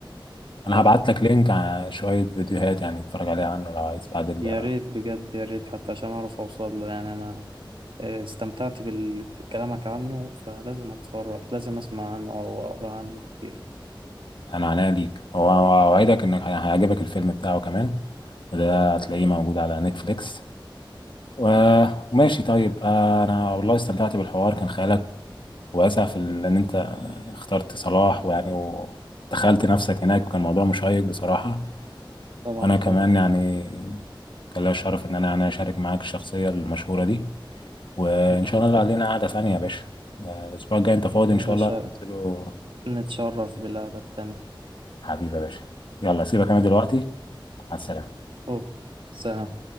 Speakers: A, on the left; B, on the right.
A: انا
B: اه
A: هبعت لك لينك على شويه فيديوهات يعني تتفرج عليها عنه لو عايز بعد ال...
B: يا ريت بجد يا ريت حتى عشان اعرف اوصل له يعني انا آه، استمتعت بال... بكلامك عنه فلازم اتفرج لازم اسمع عنه او اقرا عنه كتير
A: انا عناية ليك هو اوعدك انك هي- هيعجبك الفيلم بتاعه كمان وده هتلاقيه موجود على نتفليكس و... وماشي طيب آه، انا والله استمتعت بالحوار كان خيالك واسع في ال- ان انت اخترت صلاح ويعني ودخلت نفسك هناك وكان موضوع مشيق بصراحه
B: طبعا
A: وانا كمان
B: طبعا
A: يعني كان ليا الشرف ان انا يعني اشارك معاك الشخصيه المشهوره دي وان
B: اكيد
A: شاء الله علينا قعده ثانيه يا باشا آه، الاسبوع الجاي انت فاضي
B: يا
A: ان شاء
B: باشا
A: الله ننزله
B: نتشرف بالقعدة التانية
A: حبيبي يا باشا يلا سيبك انا دلوقتي مع السلامه
B: اوه سلام